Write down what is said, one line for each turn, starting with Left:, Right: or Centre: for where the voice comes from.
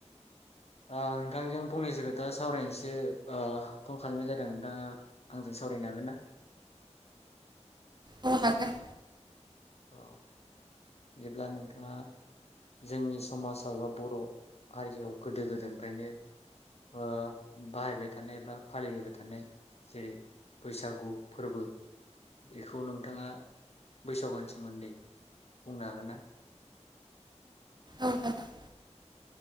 Left: ओ नोंथांजों फंनैसो खोथा सावरायनोसो ओ फन खालामनाय जादों नोंथाङा आंजों सावरायनो हागोन ना?
Right: औ हागोन
Left: अ बिदिब्ला नोंथाङा जोंनि समाजाव एबा बर' हारियाव गोदो गोदायनिफ्रायनो ओ बाहायबाय थानाय एबा फालिबोबाय थानाय जेरै बैसागु फोरबो बेखौ नोंथाङा बैसागु स मोन्दै बुंनो हागोन ना?
Right: औ हागोन।